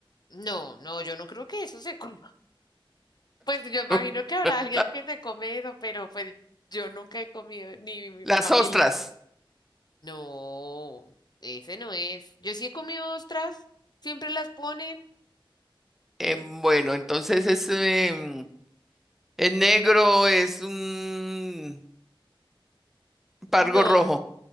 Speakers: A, on the left; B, in the centre.
A: No, no, yo no creo que eso se <laughs> coma. Pues yo
B: <laughs>
A: imagino que habrá alguien que se come eso, pero pues yo nunca he comido, ni mi
B: Las
A: familia.
B: ostras.
A: No, ese no es. Yo sí he comido ostras, siempre las ponen.
B: eh,
A: en-
B: bueno, entonces es, em, es negro, es un pargo
A: No,
B: rojo.